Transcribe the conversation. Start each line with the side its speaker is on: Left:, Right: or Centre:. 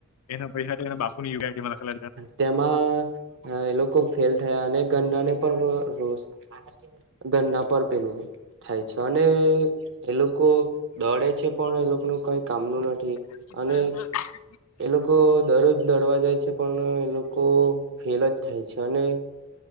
Left: એને પૈસા એને બાપુ ની યોગાય
Right: તેમાં એ લોકો ફેલ થયા અને ગન્ના ને પણ રોષ ગન્ના પર પેલું થાય છે અને એ લોકો દોડે છે, પણ એ લોકો ન કઈ કામનું નથી.
Left: <inaudible>
Right: અને એ લોકો દરરોજ દોડવા જાય છે. પણ એ લોકો ફેલ જ થાય છે, અને